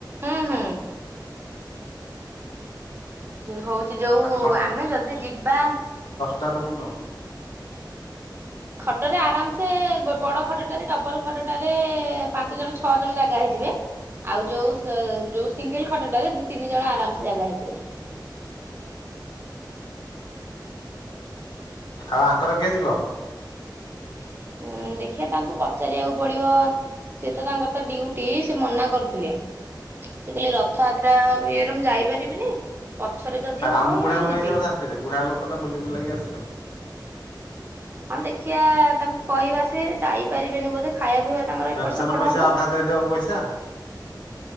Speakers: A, on the right (about 30°); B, on the left (about 70°).
A: ହଁ ହଁ। ହଉଛି ଯୋଉ
B: ଆଉ
A: ଆମେ ଯଦି ଯିବା
B: ତାରମନ
A: ଖଟ ରେ ଆରାମସ ବଡ ଖଟଟାରେ ଡବଲ ଖଟଟାରେ ପାଞ୍ଚ ଜଣ ଛଅ ଜଣ ଜାଗା ହେଇଯିବ ଆଉ ଯୋଉ ସିଙ୍ଗଲ ଖଟଟରେ ଦି ତିନି ଜଣ ଆରାମ ସେ ଜାଗା ହେଇଯିବେ।
B: ଆଉ ଆଙ୍କର କିଏ ଯିବ?
A: ହୁଁ ଦେଖିବା ତାଙ୍କୁ ପଚାରିବାକୁ ପଡିବ! ସେତ ତାଙ୍କର ତ ଡୁଟି ସେ ମନା କରୁଥିଲେ ସେ କହିଲେ ରଥଯାତ୍ରା ଇଏରେ ମୁଁ ଯାଇପାରିବିନି ପଛରେ ଯଦି
B: ଆଉ
A: ହବ
B: ଆମେ ବୁଢାକୁ
A: ମୁଁ
B: ନେଇଯାଉ
A: ଯିବି
B: ସାଥିରେ ବୁଢାର ଲୋକ ଟା ବୁଲି ବୁଲକି ଆସିବ।
A: ହଁ ଦେଖିବା ତାଙ୍କୁ କହିବା ସେ ଯାଇପାରିବେନି ବୋଧେ ଖାଇବା ପିଇବା ତାଙ୍କର
B: ପେନସନ
A: ଏପଟ ସେପଟ
B: ପଇସା
A: ହବ
B: ଅଧା ଦେଇଦବ ପଇସା